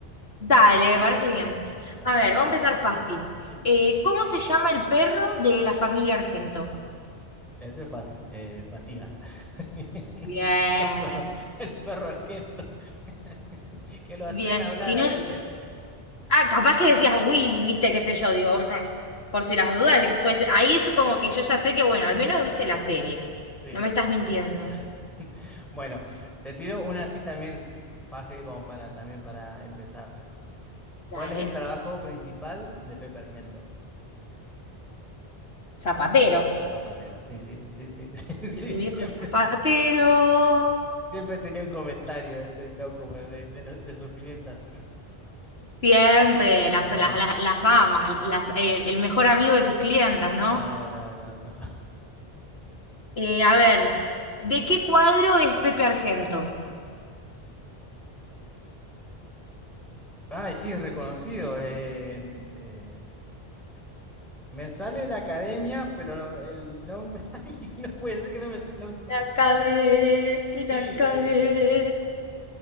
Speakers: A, on the left; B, in the centre.
A: Dale, me parece bien.
B: Dale.
A: A ver, vamos a empezar fácil.
B: Sí,
A: Eh, ¿cómo se llama el perro de la familia Argento?
B: eso es fácil. Eh, fatiga. <laughs>
A: Bien,
B: El perro, el perro argento, <laughs> que lo hacían
A: bien.
B: hablar
A: Si
B: a
A: no,
B: veces.
A: ah, capaz que decías Willy, viste, qué sé yo, digo, por si las dudas, después ahí es como que yo ya sé que, bueno, al menos viste la serie.
B: Sí.
A: No me estás mintiendo.
B: <laughs> Bueno, te tiro una así también fácil como para también para empezar.
A: Dale.
B: ¿Cuál es el trabajo principal de Pepe Argento?
A: Zapatero.
B: Zapatero, sí, sí, sí, sí, <laughs>
A: Si
B: sí,
A: tu
B: siempre,
A: viejo es zapatero.
B: siempre tenía un comentario ese loco pues, de, de los- de sus clientas.
A: Siempre, las,
B: No,
A: las, las, las ama, las, eh, el mejor amigo de sus clientas, ¿no?
B: no, no, no, no.
A: Eh, a ver, ¿de qué cuadro es Pepe Argento?
B: Ay, sí, es reconocido. eh, eh, me sale la academia, pero el nombre, <laughs> ay, no puede ser que no me, se- no me sepa.
A: La cadena, y
B: Sí,
A: la cadena.
B: eh,